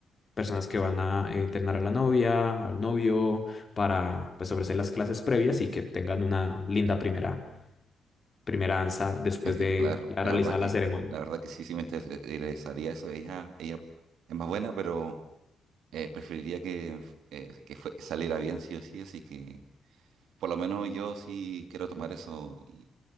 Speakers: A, on the left; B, on the right.
A: personas que van a eh, entrenar a la novia, al novio, para pues ofrecer las clases previas y que tengan una linda primera, primera danza después
B: <laughs>
A: de
B: Claro,
A: ya
B: la
A: realizar
B: verdad que,
A: la ceremonia.
B: la verdad que sí, sí me interes- interesaría eso. Ella, ella es más buena, pero Eh, preferiría que, eh, que fue- saliera bien sí o sí, así que por lo menos yo sí quiero tomar eso y,